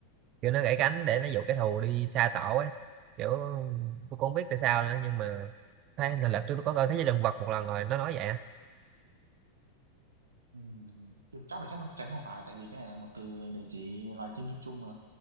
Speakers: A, on the right (about 35°); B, on the right (about 75°).
A: kiểu nó gãy cánh để nó dụ kẻ thù đi xa tổ ấy kiểu tôi cũng không biết tại sao nữa nhưng mà thấy là lần trước tôi có coi thế giới động vật một lần rồi nó nói vậy á
B: Ừ, chứ chắc là chắc không- chắn không phải, tại vì cái này là một từ để chỉ loài chim chung chung mà,